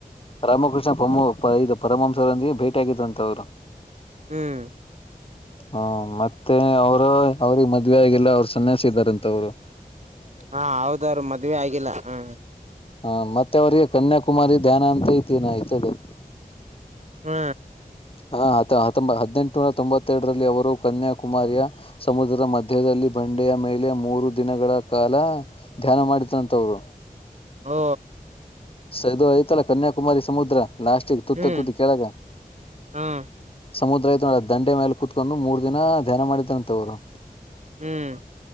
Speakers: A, on the left; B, on the right.
A: ರಾಮಕೃಷ್ಣ ಪಮ್ ಇದು ಪರಮಂಸರೊಂದಿಗೆ ಭೇಟಿಿಯಗತ್ತು ಅಂತ್ ಅವ್ರು.
B: ಹ್ಮ್
A: ಹಾ ಮತ್ತೆ ಮತ್ತೆ ಅವ್ರ ಅವ್ರಿಗೆ ಮ ಆಗಲ್ಲ ಅವರು ಸನ್ಯಾಸಿ ರಂತ ಅವ್ರು
B: ಹಾ ಹೌದ್ರರು ಮದ್ವೆ ಆಗಿಲ್ಲ ಹ
A: ಹ ಮತ್ತೆ ಅವ್ರಿಗೆ ಕನ್ಯಾಕುಮಾರಿ ಧ್ಯಾನ ಅಂತ ಐತಿನ ಐತದು
B: ಹ್ಮ
A: ಹ ಹ ಹಂಬ ಹದ್ ಟುನೂರ್ ತೊಂಬತ್ತೆರರಲ್ಲಿ ಅವರು ಕನ್ಯಾಕುಮಾರಿಯ ಸಮುದ್ರದ ಮಧ್ಯದಲ್ಲಿ ಬಂಡೆಯ ಮೇಲೆ ಮೂರು ದಿನಗಳ ಕಾಲ ಧ್ಯಾನ ಮಾಡಿದಂತವ್ರು.
B: ಹ್ಮ
A: ಸ ಇದು ಐ್ತಲ್ಲಾ ಕನ್ಯಾಕುಮಾರಿ ಸಮುದ್ರ. ಲಾಸ್ಟಿಗೆ ತುತ್ತ
B: ಹ್ಮ್
A: ತುತ್ತಿ ಕೆಳಗೆ
B: ಹ್ಮ್
A: ಸಮುದ್ರಐ ನೋಡ್ ದಂಡೆ ಮೇಲೆ ಕುೂತ್ಕೊಂಡು ಮೂರ್ ದಿನ ಧ್ಯಾನ ಮಾಡಿದಾರಂತವ್ರು.
B: ಹ್ಮ್